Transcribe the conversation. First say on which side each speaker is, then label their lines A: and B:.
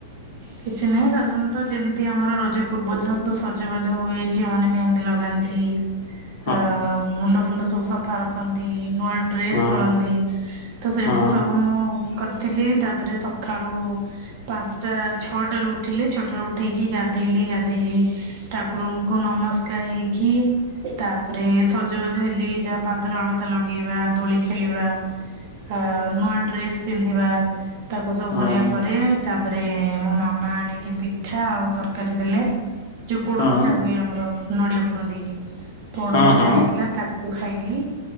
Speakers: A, on the right; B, on the left.
A: କିଛି ନାହିଁ ସାଧାରଣତଃ ଯେମିତି ଆମର ରଜ ପୂର୍ବ ଦିନ ସଜବାଜ ହୁଏ ଝିଅ ମାନେ ମେହେନ୍ଦୀ ଲଗାନ୍ତି।
B: ହୁଁ <unintelligible>
A: ଅ ମୁଣ୍ଡ ଫୁଣ୍ଡ ସବୁ ସଫା ରଖନ୍ତି ନୂଆ ଡ୍ରେସ
B: ହଁ
A: କରନ୍ତି। ତ ସେମିତି
B: ହଁ
A: ସବୁ ମୁଁ କରିଥିଲି ତାପରେ ସକାଳୁ ପାଞ୍ଚଟା ଛଅଟାରୁ ଉଠିଲି ଛଅଟାରୁ ଉଠେଇକି ଗାଧେଇଲି ଗାଧେଇକି ଠାକୁରଙ୍କୁ ନମସ୍କାର ହେଇକି ତାପରେ ସଜବାଜ ହେଲି ଯାହା ପାଦର ଅଳତା ଲଗେଇବା ଦୋଳି ଖେଳିବା ଆ ନୂଆ ଡ୍ରେସ ପିନ୍ଧିବା ତାକୁ ସବୁ
B: ହଁ
A: କରିବା ପରେ ତାପରେ ଆଜ୍ଞା ପିଠା ଆଉ ତରକାରୀ ଦେଲେ ଯୋଉ ପୋଡ
B: ହଁ
A: ପିଠା ହୁଏ ଆମର ନଡିଆ ପୁର ଦେଇକି ପୋଡ
B: ହଁ
A: ପିଠା
B: ହଁ
A: ହେଇଥିଲା ତାକୁ ଖାଇଲି।